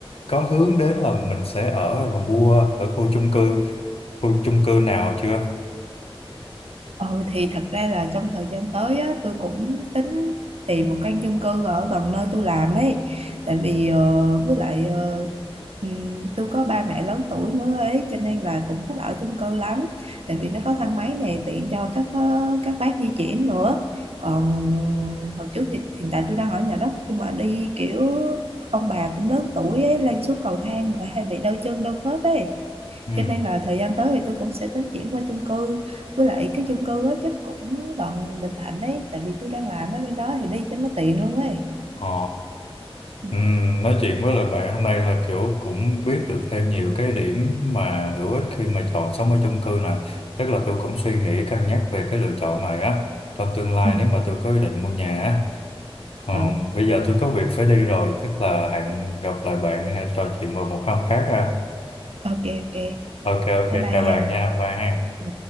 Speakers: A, on the left; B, on the right.
A: có hướng đến là mình sẽ ở và mua ở khu chung cư khu chung cư nào chưa?
B: Ừ thì thật ra là trong thời gian tới á, tôi cũng tính tìm một căn chung cư ở gần nơi tôi làm ấy tại vì ờ, với lại ờ, ừm, tôi có ba mẹ lớn tuổi nữa ấy cho nên là cũng thích ở chung cư lắm tại vì nó có thang máy này tiện cho các ờ, các bác di chuyển nữa còn hồi trước thì hiện tại tôi đang ở nhà đất nhưng mà đi kiểu ông bà cũng lớn tuổi ấy lên xuống cầu thang lại hay bị đau chân đau khớp ấy
A: Ừ.
B: cho nên là thời gian tới thì tôi cũng sẽ tính chuyển qua chung cư với lại cái chung cư á chắc cũng gần Bình Thạnh đấy tại vì tôi đang làm ở bên đó thì đi cho nó tiện luôn ấy
A: Ờ.
B: Ừ.
A: Ừm, nói chuyện với lại bạn hôm nay là kiểu cũng biết được thêm nhiều cái điểm mà hữu ích khi mà chọn sống ở chung cư nè. Chắc là tôi cũng suy nghĩ cân nhắc về cái lựa chọn này á. Trong tương lai
B: Ừ.
A: nếu mà tôi có ý định mua nhà á. Ờ,
B: ừ
A: bây giờ tôi có việc phải đi rồi, chắc là hẹn gặp lại bạn hay trò chuyện vào một hôm khác ha.
B: ok ok
A: Ok ok
B: bye bye
A: chào bạn
B: hàng.
A: nha, bye ha.
B: ừ.